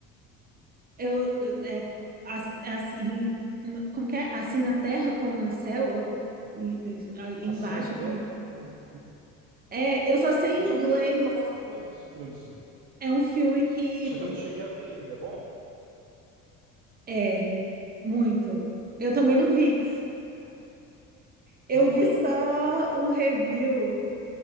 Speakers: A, on the right; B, on the right.
A: Eu, é as- assim, como que é? Assim na terra como no céu, ou e- e-
B: assim
A: embaixo
B: até
A: como.
B: como
A: É, eu só sei em
B: eu já
A: inglês.
B: vi, eu já vi falar mais ou menos desse filme, sim.
A: É um filme que
B: Só que eu não cheguei a ver ele. Ele é bom?
A: É, muito. Eu também não vi. Eu
B: Não
A: vi
B: viu?
A: só
B: Ah,
A: um review.